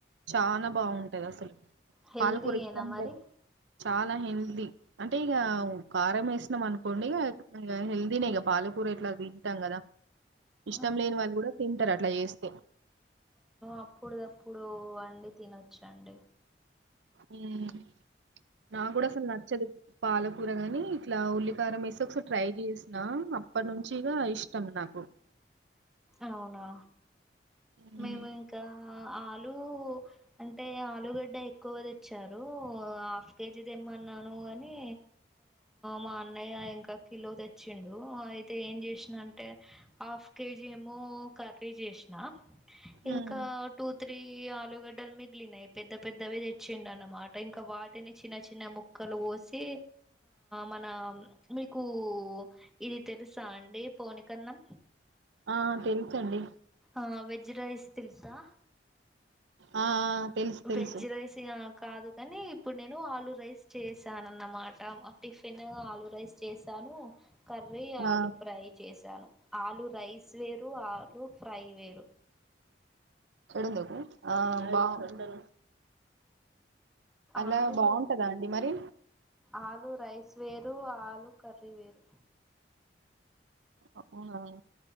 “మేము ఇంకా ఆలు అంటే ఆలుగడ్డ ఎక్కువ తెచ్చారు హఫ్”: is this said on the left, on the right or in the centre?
Centre